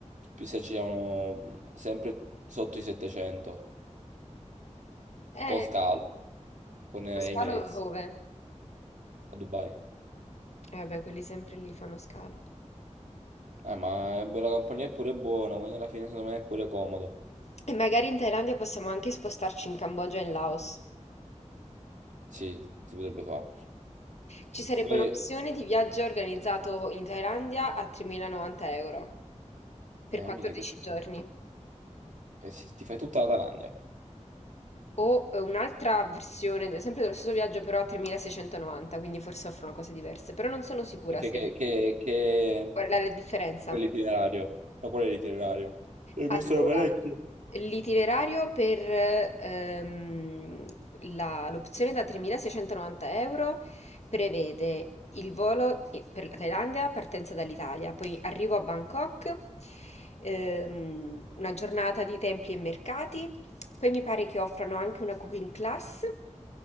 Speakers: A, on the right; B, on the left.
A: più si aggiravano sempre sotto i 700,
B: Eh,
A: con scalo. con eh,
B: lo scalo
A: Emirates
B: dove?
A: a Dubai.
B: Eh vabbè, quelli sempre lì fanno scalo.
A: Eh, ma è- la compagnia è pure buona, quindi alla fine secondo me è pure comodo.
B: E magari in Thailandia possiamo anche spostarci in Cambogia e in Laos.
A: Sì, si potrebbe fare.
B: Ci sarebbe
A: Poi,
B: un'opzione di viaggio organizzato in Thailandia a 3.090 euro per
A: eh,
B: 14
A: mica che si...
B: giorni.
A: eh, sì, ti fai tutta la Thailandia.
B: o eh, un'altra versione, de- sempre dello stesso viaggio, però a 3690, quindi forse offrono cose diverse, però non sono sicura
A: Perché
B: se...
A: che, che, che...
B: Qual è la differenza?
A: Quello è l'itinerario. No, quello è l'itinerario. E
B: Allora,
A: costano parecchio.
B: l'itinerario per ehm, la- l'opzione da 3.690 euro prevede il volo i- per la Thailandia, partenza dall'Italia, poi arrivo a Bangkok, ehm, una giornata di templi e mercati, poi mi pare che offrano anche una cooking class,